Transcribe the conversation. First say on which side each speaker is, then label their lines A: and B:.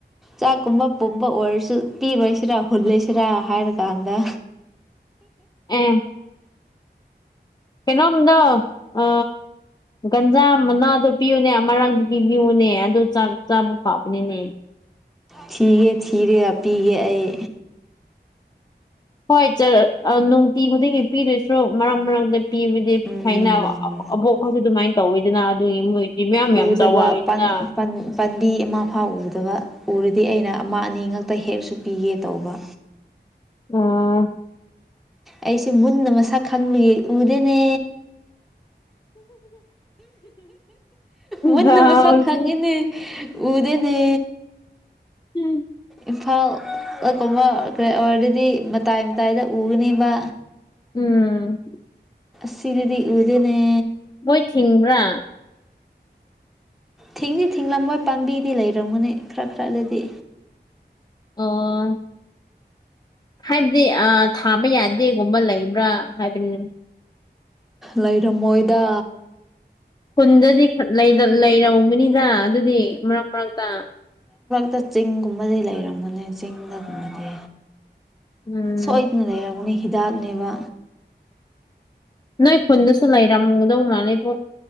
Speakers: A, in the centre; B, on the left.
A: ꯆꯥꯛꯀꯨꯝꯕ ꯄꯨꯝꯕ ꯑꯣꯏꯔꯁꯨ ꯄꯤꯔꯣꯏꯁꯤꯔꯥ ꯍꯨꯜꯂꯦꯁꯤꯔ ꯍꯥꯏꯔꯀꯥꯟꯗ
B: ꯑ‌ꯦ ꯀꯩꯅꯣꯝꯗ ꯑ ꯒꯟꯖꯥ ꯃꯅꯥꯗꯣ ꯄꯤꯌꯨꯅꯦ ꯑꯃꯔꯥꯛ ꯄꯤꯕꯤꯌꯨꯅꯦ ꯑꯗꯨ ꯆꯥꯕ ꯐꯥꯎꯕꯅꯤꯅꯦ
A: ꯊꯤꯒꯦ ꯊꯤꯔꯒ ꯄꯤꯒꯦ ꯑꯩ
B: ꯍꯣꯏ ꯅꯨꯡꯇꯤ ꯈꯨꯗꯤꯡꯒꯤ ꯄꯤꯗꯣꯏꯁꯨ ꯃꯔꯛ ꯃꯔꯛꯇꯗ ꯄꯤꯕꯗꯤ
A: ꯎꯝ
B: ꯍꯥꯏꯅ ꯑꯕꯣꯛ ꯈ‌ꯣꯏꯁꯨ ꯑꯗꯨꯃꯥꯏꯅ ꯇꯧꯋꯤꯗꯅ ꯑꯗꯨꯒꯤ ꯃꯣꯏꯗꯤ ꯃꯌꯥꯝ
A: ꯎꯗꯕ
B: ꯌꯥꯝ ꯆꯥꯎꯋꯏꯅꯤꯅ
A: ꯄꯥꯝꯕꯤ ꯑꯃ ꯐꯥꯎ ꯎꯗꯕ ꯎꯔꯗꯤ ꯑꯩꯅ ꯑꯃ ꯑꯅꯤ ꯉꯛꯇ ꯍꯦꯛꯁꯨ ꯄꯤꯒꯦ ꯇꯧꯕ
B: ꯑꯥ
A: ꯑꯩꯁꯦ ꯃꯨꯟꯅ ꯃꯁꯛ ꯈꯪꯕꯒꯤ ꯎꯗꯦꯅꯦ ꯃꯟꯅ
B: ꯗꯥꯎꯁꯦ
A: ꯃꯁꯛ ꯈꯥꯡꯉꯤꯅꯤ ꯎꯗꯅꯦ
B: ꯎꯝ
A: ꯏꯝꯐꯥꯎꯜ ꯀꯨꯝꯕ ꯀ ꯑꯣꯏꯔꯗꯗꯤ ꯃꯇꯥꯏ ꯃꯇꯥꯏꯗ ꯎꯒꯅꯤꯕ
B: ꯎꯝ
A: ꯁꯤꯗꯤ ꯎꯗꯅꯦ
B: ꯃꯣꯏ ꯊꯤꯡꯕ꯭ꯔꯥ
A: ꯊꯤꯡꯗꯤ ꯊꯤꯡꯂꯂꯝꯕꯣꯏ ꯄꯥꯝꯕꯤꯗꯤ ꯂꯩꯔꯝꯒꯅꯤ ꯈꯔ ꯈꯔꯗꯗꯤ
B: ꯑꯣ ꯍꯥꯏꯕꯗꯤ ꯊꯥꯕ ꯌꯥꯗꯦꯒꯨꯝꯕ ꯂꯩꯕ꯭ꯔꯥ ꯍꯥꯏꯕꯅꯤ
A: ꯂꯩꯔꯝ ꯃꯣꯏꯗ
B: ꯈꯨꯟꯗꯗꯤ ꯂꯩꯔꯕꯅꯤꯗ ꯑꯗꯨꯗꯤ ꯃꯔꯛ ꯃꯔꯛꯇ
A: ꯍꯛꯇ ꯆꯤꯡꯒꯨꯝꯕꯗꯤ ꯂꯩꯔꯝꯃꯅꯦ ꯆꯤꯡꯗꯒꯨꯝꯕꯗꯤ
B: ꯎꯝ
A: ꯁꯣꯏꯗꯅ ꯂꯩꯔꯝꯒꯅꯤ ꯍꯤꯗꯥꯛꯅꯦꯕ
B: ꯅꯣꯏ ꯈꯨꯟꯗꯁꯨ ꯂꯩꯔꯝꯒꯗꯧ ꯃꯥꯜꯂꯦꯕꯣ